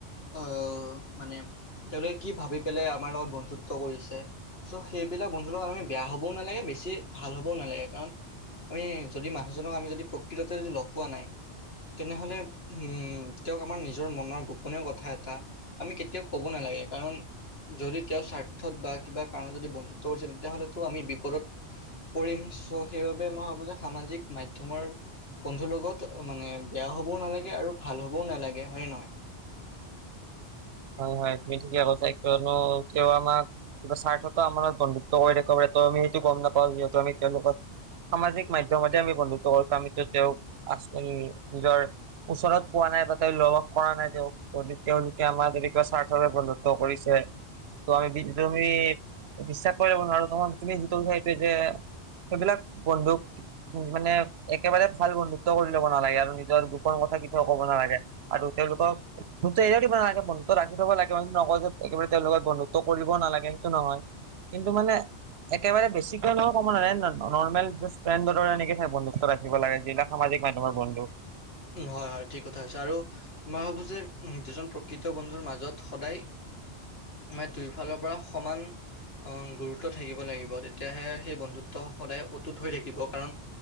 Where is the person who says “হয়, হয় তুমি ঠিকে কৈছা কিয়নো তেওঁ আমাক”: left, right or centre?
Right